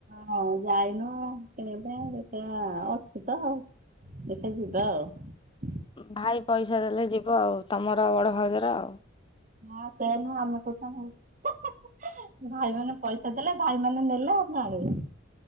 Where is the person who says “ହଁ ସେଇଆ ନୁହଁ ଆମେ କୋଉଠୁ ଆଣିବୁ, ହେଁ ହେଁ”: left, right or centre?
Right